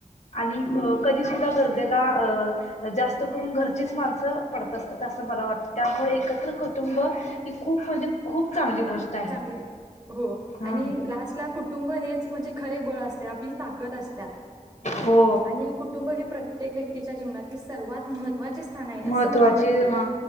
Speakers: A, on the left; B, on the right.
A: आणि कधी सुद्धा गरजेला अ जास्त करून घरचीच माणसं पडत असतात असं मला वाटत त्या मुळे एकत्र कुटुंब ही खूप म्हणजे खूप चांगली गोष्ट आहे
B: चांगली हो
A: हा
B: आणि लास्टला कुटुंब हेच म्हणजे खरे बळ असते आपली ताकद असत
A: हो
B: आणि कुटुंब हे प्रत्य तेक व्यक्ती च्या जीवनातील सर्वात महत्वाचे स्थान आहे
A: महत्त्वाची
B: अस मला वाटते
A: हा